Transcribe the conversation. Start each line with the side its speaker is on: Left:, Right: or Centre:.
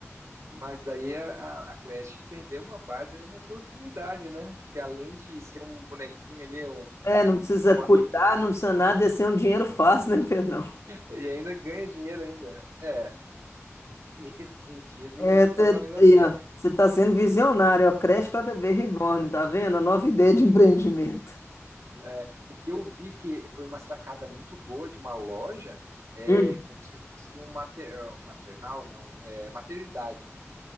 Right: Mas daí a, a creche perdeu uma baita de uma oportunidade, né? Porque além de ser um bonequinho ali, um,
Left: É,
Right: um,
Left: não precisa
Right: um
Left: cuidar,
Right: amigo,
Left: não precisa nada, ia ser um dinheiro fácil, né, Pedrão?
Right: e ainda ganha dinheiro ainda. É, <laughs> nesse sentido,
Left: É,
Right: tá valendo a pena.
Left: você tá sendo visionário, ó, creche para bebê reborn, tá vendo? A nova ideia de empreendimento.
Right: É, o que eu vi que foi uma sacada muito boa de uma loja, é
Left: Hum.
Right: como se fosse um mater, maternal, não, é maternidade.